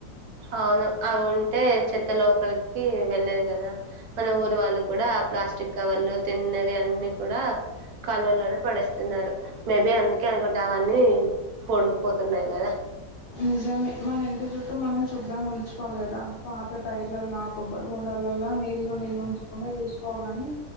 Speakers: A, on the right; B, on the left.
A: అవును అవి ఉంటే చెత్త లోపలికి వెళ్ళదు కదా మన ఊరు వాళ్ళు కూడా ప్లాస్టిక్ కవర్లు తిన్నవి అన్ని కూడా కాలువలోనే పడిస్తున్నారు మేబి అందుకే అనుకుంటా అవన్నీ పొడుకుపోతున్నాయి గదా!
B: నిజమే మన ఇంటి చుట్టూ మనం శుభ్రంగా ఉంచుకోవాలి కదా పాత టైర్లలా కొబ్బరి బొండలల్లో నీళ్లు నిలవా ఉంచకుండా చూసుకో పోలని